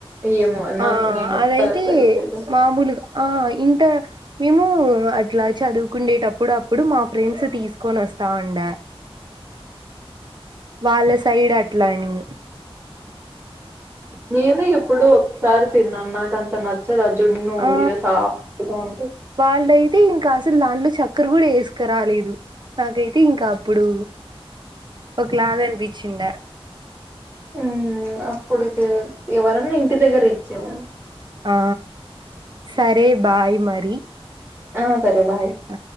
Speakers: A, on the right (about 20°); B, on the right (about 45°).
A: ఏమో నాకు
B: ఆ
A: నేనెప్పుడు
B: అదైతే
A: ట్రై చేయలే.
B: మామూలుగ ఆ ఇంత మేము అట్లా చదువుకుండేటప్పుడు అప్పుడు మాకు ఫ్రెండ్స్ తీసుకొని వస్తా ఉండ వాళ్ళ సైడ్ అట్లాని
A: నేను ఎప్పుడు ఒకసారి తిన్నాను నాకంత నచ్చదు అ చున్ను
B: ఆ
A: ఇద సాఫం
B: వాళ్ళయితే ఇంకా అసలు దాంట్లో చక్కర కూడా వేసుకు రాలేదు నాకైతే ఇంకా అప్పుడు ఒక లాగ అనిపించిండ
A: ఉమ్ అప్పుడు ఎవరన్నా ఇంటి దగ్గర ఇచ్చేవాళ్ళు
B: ఆ సరే బాయ్ మరి
A: అసర బాయ్
B: ఆ